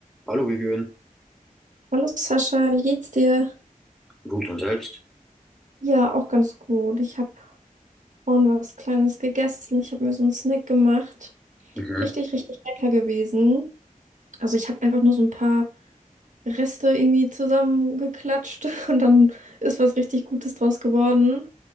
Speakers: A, in the centre; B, on the right.
A: Hallo, Vivian.
B: Hallo Sascha, wie geht's dir?
A: Gut und selbst?
B: Ja, auch ganz gut. Ich habe vorhin was Kleines gegessen. Ich habe mir so einen Snack gemacht.
A: Mhm.
B: Richtig, richtig lecker gewesen. Also ich habe einfach nur so ein paar Reste irgendwie zusammengeklatscht <laughs> und dann ist was richtig Gutes draus geworden.